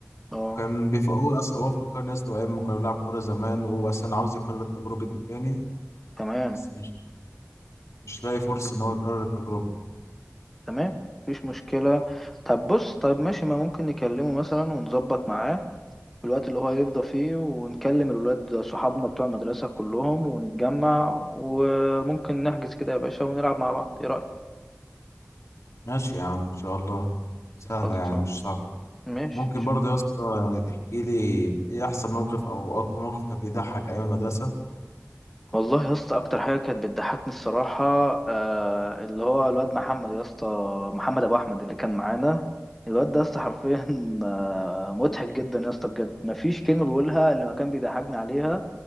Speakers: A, in the centre; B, on the left.
A: اه
B: وكان بيف... هو أص... هو فكرني يا اسطى بايام ما كنا بنلعب كوره زمان وهو اصلا عاوز يكرر التجربه دي تاني
A: تمام
B: بس مش مش لاقي فرصه ان هو يكرر التجربه
A: تمام مفيش مشكلة طب بص طب ماشي ما ممكن نكلمه مثلا ونظبط معاه في الوقت اللي هو يفضى فيه ونكلم الولاد صحابنا بتوع المدرسة كلهم ونتجمع وممكن نحجز كده يا باشا ونلعب مع بعض ايه رأيك
B: ماشي يا عم ان شاء الله سهله
A: خلصان
B: يعني مش صعبه
A: ماشي
B: ممكن برضه يا اسطى يعني تحكي لي ايه احسن موقف او اكتر موقف كان بيضحك ايام المدرسه
A: والله يا اسطى اكتر حاجه كانت بتضحكني الصراحه آه اللي هو الواد محمد يا اسطى محمد ابو احمد اللي كان معانا الواد ده يا اسطى حرفيا <laughs> آه مضحك جدا يا اسطى بجد مفيش كلمه بقولها اللي ما كان بيضحكني عليها